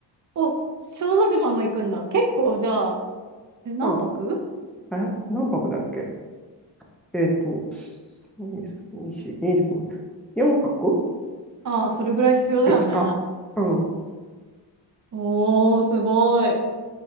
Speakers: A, on the right (about 45°); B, in the centre.
A: お、小豆島も行くんだ。結構、じゃあ、え何泊
B: あ、え、何泊だっけえっと、25、4泊
A: ああ、それぐらい必要だよね。
B: ?5 日。うん。
A: おー、すごい。